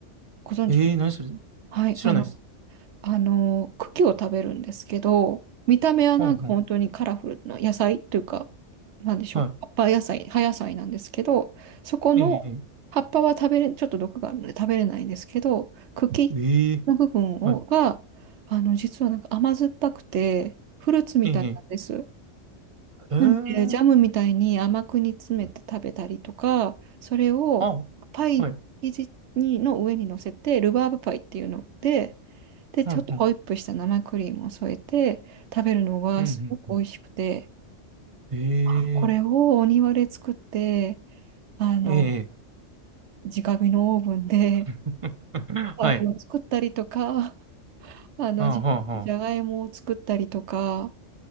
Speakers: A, on the right; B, on the right.
A: ご存知ですか
B: ええ、何それ。
A: はい、
B: 知らないです。
A: あの、あの、茎を食べるんですけど、見た目はなんか本当にカラフルな野菜というか、
B: はんはん。
A: なんでしょう、
B: は
A: 葉っぱ野菜、葉野菜なんですけど、そこの
B: い。ええ
A: 葉っぱは食べれ、ちょっと毒があるので食べれないんですけど、茎の部分をが、
B: ええええはい。
A: あの、実はなんか甘酸っぱくて、フルーツみたいなんです。
B: ええええええ
A: なので、ジャムみたいに甘く煮詰めて食べたりとか、それをパイ生地にの上に乗せて、
B: あ、はい。
A: ルバーブパイっていうので、で、
B: はいはい。
A: ちょっとホイップした生クリームを添えて食べるのがすごく美味しくて、
B: うんうんうん。ええ
A: あ、これをお庭で作って、あの、
B: えええ
A: 直火のオーブンで
B: え <laughs>
A: パイを作ったりとか、
B: はい。
A: <laughs> あの、
B: はあはあはあ。
A: 自分でじゃがいもを作ったりとか、